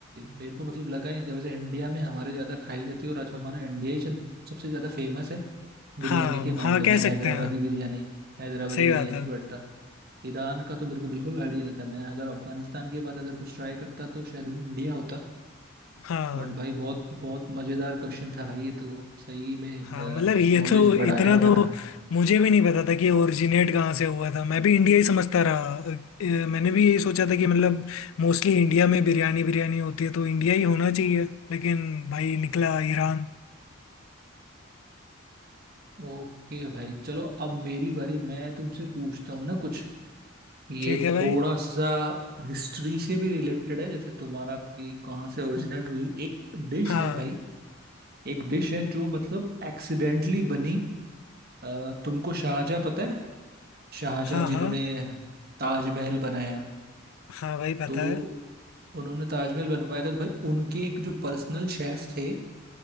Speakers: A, on the right; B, on the left.
A: मेरे को मतलब लगा ही नहीं था वैसे इंडिया में हमारे ज्यादा खाई जाती है और आज हमारा इंडिया ही शायद सबसे ज्यादा फेमस है बिरयानी
B: हाँ
A: के मामले
B: हाँ कह
A: में हैदराबादी
B: सकते हैं
A: बिरयानी हैदराबादी
B: सही
A: बिरयानी
B: बात है
A: बट ईरान का तो मेरे को बिल्कुल आइडिया नहीं था मैं अगर अफगानिस्तान के बाद अगर कुछ ट्राई करता तो शायद वो इंडिया होता
B: हाँ
A: बट भाई बहुत बहुत मजेदार क्वेश्चन था भाई ये तो सही में
B: हाँ मतलब ये
A: नॉलेज
B: तो इतना
A: बढ़ाने वाला
B: तो
A: था
B: मुझे भी नहीं पता था कि ओरिजिनेट कहाँ से हुआ था मैं भी इंडिया ही समझता रहा अ, अ, मैंने भी यही सोचा था कि मतलब मोस्टली इंडिया में बिरयानी बिरयानी होती है तो इंडिया ही होना चाहिए लेकिन भाई निकला ईरान
A: ओके भाई चलो अब मेरी बारी मैं तुमसे पूछता हूँ ना कुछ ये
B: ठीक है भाई
A: थोड़ा सा हिस्ट्री से भी रिलेटेड है जैसे तुम्हारा कि कहाँ से ओरिजिनेट हुई एक डिश
B: हाँ
A: है भाई एक डिश है जो मतलब एक्सीडेंटली बनी अ, तुमको शाहजहाँ पता है शाहजहाँ
B: हाँ
A: जिन्होंने
B: हाँ
A: ताजमहल बनाया
B: हाँ भाई पता
A: तो
B: है
A: उन्होंने ताजमहल बनवाया था तो भाई उनके एक जो पर्सनल शेफ थे